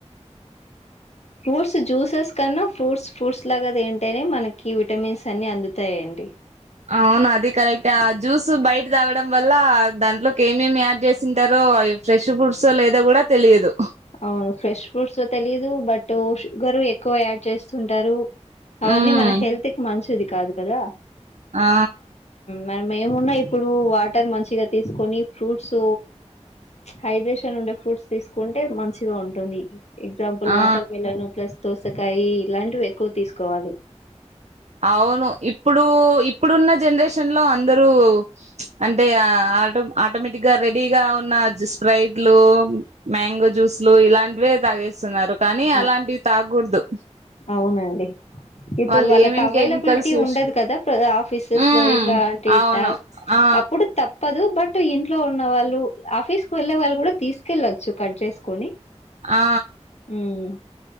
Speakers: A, on the left; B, on the right.
A: ఫ్రూట్స్ జ్యూసెస్ కన్నా ఫ్రూట్స్ ఫ్రూట్స్ లాగా ఏంటనే మనకి విటమిన్స్ అన్ని అందుతాయిండి
B: అవును అది కరెక్ట్ ఆ జ్యూస్ బయట తాగడం వల్ల దాంట్లోకి ఏమేమి యాడ్ చేసింటారు అవి ఫ్రెష్ ఫుడ్సో లేదో కూడా తెలియదు
A: అవును ఫ్రెష్ ఫ్రూట్సో తెలీదు బట్ షుగర్ ఎక్కువ యాడ్ చేస్తుంటారు అవన్నీ
B: ఉమ్
A: మన హెల్త్కి మంచిది కాదు కదా
B: ఆ
A: మనం ఏమున్నా ఇప్పుడు వాటర్ మంచిగా తీసుకొని ఫ్రూట్స్ హైడ్రేషన్ ఉండే ఫ్రూడ్స్ తీసుకుంటే మంచిగా ఉంటుంది ఎగ్జాంపుల్
B: ఆ
A: వాటర్ మిలన్ ప్లస్ దోసకాయి ఇలాంటివి ఎక్కువ తీసుకోవాలి
B: అవును ఇప్పుడు ఇప్పుడున్న జనరేషన్ లో అందరూ అంటే ఆటో ఆటోమేటిక్ గా రెడీగా ఉ న్న స్ప్రైట్లు మ్యాంగో జ్యూస్ లు ఇలాంటివే తాగేస్ స్తున్నారు కానీ
A: ఆ,
B: అలాంటివి తాగకూడదు
A: అవునండి ఇప్పుడు
B: వాళ్ళు
A: వాళ్ళకి
B: ఏమేం
A: అవైలబిలిటీ
B: కెమికల్స్ యూస్
A: ఉండదు కదా ఆఫీసెస్
B: ఉమ్
A: లో ఇట్లాంటి
B: అవును ఆ
A: అప్పుడు తప్పదు బట్ ఇంట్లో ఉన్న వాళ్ళు ఆఫీస్ కు వెళ్ళే వాళ్ళు కూడా తీసుకెళ్ళొచ్చు కట్ చేసుకొని
B: ఆ
A: ఉమ్